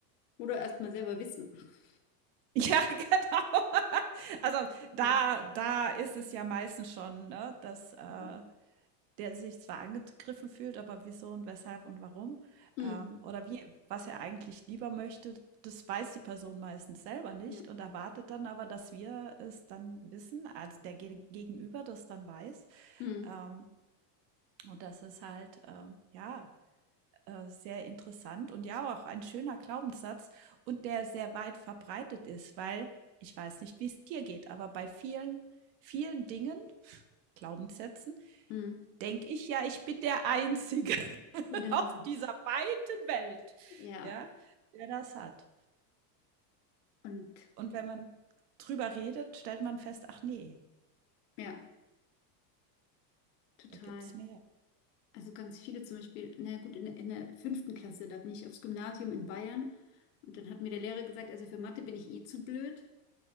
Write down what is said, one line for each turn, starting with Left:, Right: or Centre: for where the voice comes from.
Left: oder erstmal selber wissen. <laughs>
Right: <laughs> ja, genau. <laughs> Also, da
Left: Ne?
Right: da ist es ja meistens schon, ne, dass, äh
Left: Ja.
Right: Der sich zwar angegriffen fühlt, aber wieso und weshalb und warum,
Left: Mhm,
Right: ähm, oder wie was er eigentlich lieber möchte, das weiß die Person meistens selber nicht
Left: ja.
Right: und erwartet dann aber, dass wir es dann wissen, also der Ge Gegenüber das dann weiß.
Left: Mhm,
Right: Ähm, und das ist halt, ähm, ja, äh, sehr interessant und ja, auch ein schöner Glaubenssatz und der sehr weit verbreitet ist, weil ich weiß nicht, wie es dir geht, aber bei vielen, vielen Dingen, <laughs> Glaubenssätzen,
Left: mhm,
Right: denke ich ja, ich bin der Einzige. <laughs>
Left: genau.
Right: auf dieser weiten Welt,
Left: Ja,
Right: ja, der das hat.
Left: und
Right: Und wenn man drüber redet, stellt man fest, ach nee,
Left: ja, total.
Right: da gibt's mehr.
Left: Also ganz viele zum Beispiel, na ja, gut, in, der- in der fünften Klasse, da bin ich aufs Gymnasium in Bayern und dann hat mir der Lehrer gesagt, also für Mathe bin ich eh zu blöd